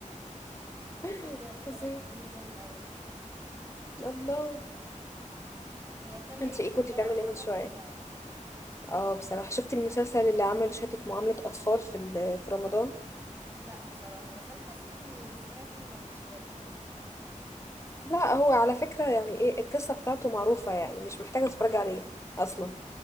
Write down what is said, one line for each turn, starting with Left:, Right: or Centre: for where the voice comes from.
Right: <laughs> لا
Left: <laughs>
Right: فظيع بصراحه
Left: فظيع
Right: فيلم جميل قوي
Left: الله
Right: هي افلام هنيدي
Left: انت ايه
Right: كلها
Left: كنت بتعملي
Right: عامه
Left: ايه من شويه
Right: حلوه يعني
Left: اه بصراحه شفت المسلسل اللي عمله شهاده معامله اطفال في ال- في رمضان
Right: لا بصراحه بس انا حاسه اني سمعت انه مش حلو
Left: لا هو على فكره يعني ايه القصه بتاعته معروفه يعني مش محتاجه اتفرج عليه اصلا